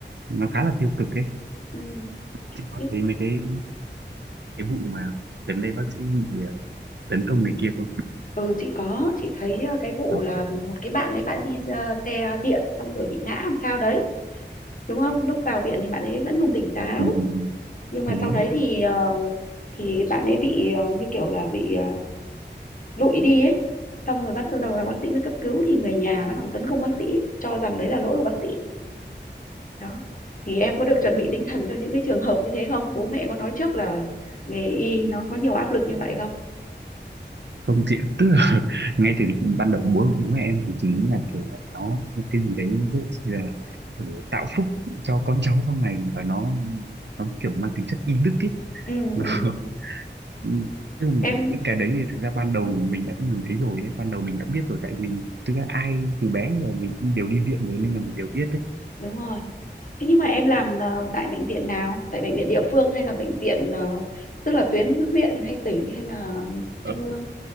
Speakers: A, on the right; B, on the left.
A: nó khá là tiêu cực ấy
B: ừ.
A: chị có
B: nhưng
A: thấy mấy cái cái vụ mà gần đây bác sĩ bị ờ, tấn công này kia không
B: ừ chị có chị thấy ờ, cái vụ
A: à,
B: là
A: có
B: một cái bạn ấy bạn đi ờ, xe điện xong rồi bị ngã làm sao đấy đúng không lúc vào viện thì bạn ấy vẫn còn tỉnh táo
A: đúng, đúng, đúng,
B: nhưng mà
A: đúng.
B: sau đấy thì ờ, thì bạn ấy bị ờ, như kiểu là bị ờ, lụi đi ấy xong rồi bắt đầu là bác sĩ mới cấp cứu thì người nhà bắt đầu tấn công bác sĩ cho rằng đấy là lỗi của bác sĩ đó thì em có được chuẩn bị tinh thần cho những cái trường hợp như thế không bố mẹ có nói trước là nghề y nó có nhiều áp lực như vậy không
A: không chị ạ. tức là <laughs> ngay từ ban đầu bố bố mẹ em thì chỉ nghĩ là kiểu là nó một cái gì đấy nó rất là ừ, tạo phúc cho con cháu sau này và nó nó kiểu mang tính chất y đức ấy
B: ừ,
A: <laughs>
B: ừ.
A: Ừ, chứ còn
B: em
A: những cái đấy thì thực ra ban đầu mình đã nhìn thấy rồi ấy. ban đầu mình đã biết rồi tại mình thực ra ai từ bé giờ mình cũng đều đi viện rồi nên là mình đều biết đấy
B: đúng rồi Thế nhưng mà em làm ờ, tại bệnh viện nào? Tại bệnh viện địa phương hay là bệnh viện ờ, tức là tuyến huyện hay tỉnh hay là
A: ờ,
B: trung ương?